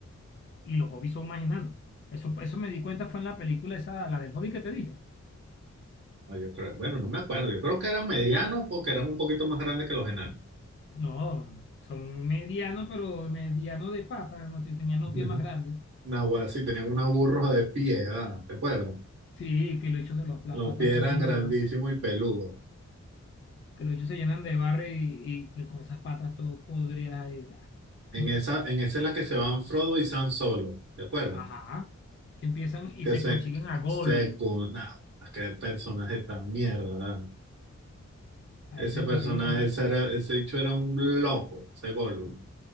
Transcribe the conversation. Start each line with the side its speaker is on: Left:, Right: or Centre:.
Left: y los hobbits son más enanos. Eso, eso me di cuenta fue en la película esa, la del hobbit que te dije.
Right: O yo creo- bueno, no me acuerdo. Yo creo que eran medianos porque eran un poquito más grandes que los enanos.
Left: No, son medianos, pero mediano de patas, ¿no? que tenían los
Right: <laughs>
Left: pies más grandes.
Right: Una wea así, tenían una burros de pies, ah, ¿Te acuerdas?
Left: Sí, que los hechos de los, las
Right: Los
Left: patas
Right: pies
Left: todo
Right: eran
Left: pelúas,
Right: grandísimos y peludos.
Left: que los hechos se llenan de barro y, y con esas patas todo podridas ahí. bla.
Right: En
Left: <laughs>
Right: esa, en esa es la que se van Frodo y Sam solo. ¿Te acuerdas?
Left: Ajá, que empiezan y
Right: Que
Left: se
Right: se,
Left: consiguen a Gollum.
Right: se, cu- nah, qué personaje tan mierda. ah.
Left: Ahí
Right: Ese
Left: se
Right: personaje,
Left: consiguen al.
Right: ese, era, ese bicho era un loco, ese Gollum.